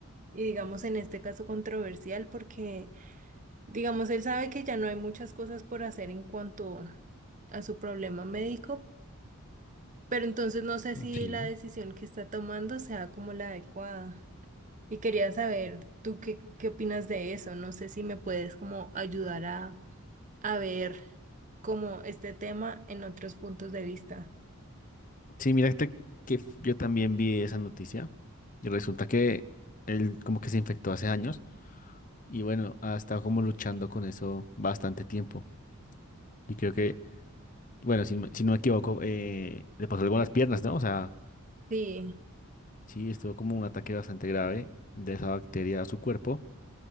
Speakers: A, on the right; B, on the left.
A: y digamos en este caso controversial porque digamos él sabe que ya no hay muchas cosas por hacer en cuanto a su problema médico pero entonces no sé si
B: sí.
A: la decisión que está tomando sea como la adecuada. Y quería saber, ¿tú qué, qué opinas de eso? No sé si me puedes como ayudar a, a ver como este tema en otros puntos de vista.
B: Sí, mira este que f- yo también vi esa noticia y resulta que él como que se infectó hace años y bueno, ha estado como luchando con eso bastante tiempo. Y creo que, bueno, si, me- si no me equivoco, eh, le pasó algo a las piernas, ¿no? O sea,
A: Sí.
B: sí, estuvo como un ataque bastante grave de esa bacteria a su cuerpo